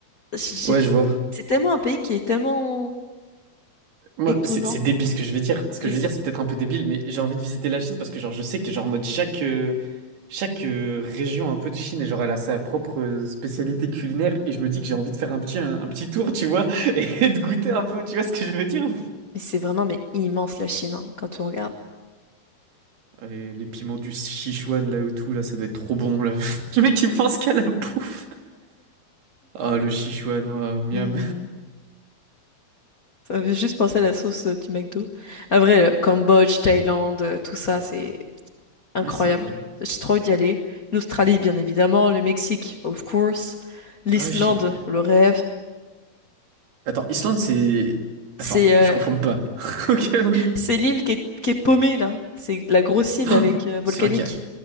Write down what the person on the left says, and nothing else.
j'ai-
c'est tellement un pays qui est tellement
étonnant.
Vas-y.
Mais c'est vraiment mais immense la Chine hein, quand on regarde.
Hmm, Ça me fait juste penser à la sauce euh, du McDo. À vrai, le Cambodge, Thaïlande, euh, tout ça, c'est incroyable.
J'ai trop envie d'y aller. L'Australie, bien évidemment, le Mexique, of course. L'Islande,
le rêve.
C'est
euh,
c'est l'île qui est, qui est paumée là. C'est la grosse île
avec euh, volcanique.